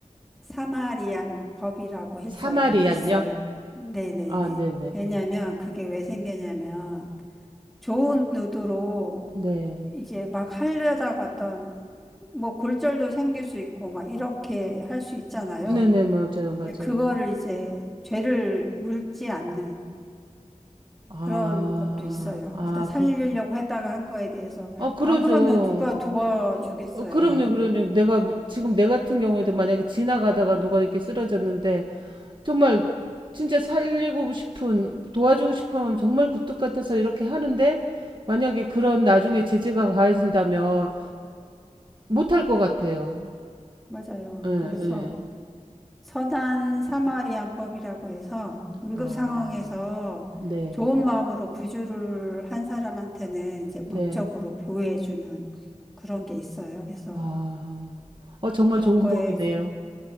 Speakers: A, in the centre; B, on the right.
A: 사마리안 법이라고 했어요.
B: 사마리안요?
A: 있어요. 네네네.
B: 아, 네네.
A: 왜냐면
B: 네.
A: 그게 왜 생기냐면 좋은 의도로
B: 네.
A: 이제 막 하려다가 어떤 뭐 골절도 생길 수 있고 막 이렇게 할 수 있잖아요.
B: 네네, 맞아요, 맞아요.
A: 그러니까 그거를 이제 죄를 묻지 않는
B: 아,
A: 그런 법도 있어요.
B: 아,
A: 일단 살리려고
B: 그,
A: 했다가 한 거에 대해서
B: 아, 그러죠.
A: 안 그러면 누가 도와주겠어요.
B: 어, 어, 그럼요, 그럼요. 내가, 지금 내 같은 경우에도 만약에 지나가다가 누가 이렇게 쓰러졌는데, 정말 진짜 살리고 싶은, 도와주고 싶으면 정말 굴뚝 같아서 이렇게 하는데 만약에 그런 나중에 제재가 가해진다면 못 할 것 같아요.
A: 맞아요.
B: 예, 예.
A: 그래서 선한 사마리안법이라고 해서 응급
B: 아,
A: 상황에서
B: 네,
A: 좋은 마음으로 구조를 한 사람한테는 이제 법적으로
B: 네.
A: 보호해주는 그런 게 있어요. 그래서
B: 아, 어, 정말
A: 그런
B: 좋은
A: 거에
B: 법이네요.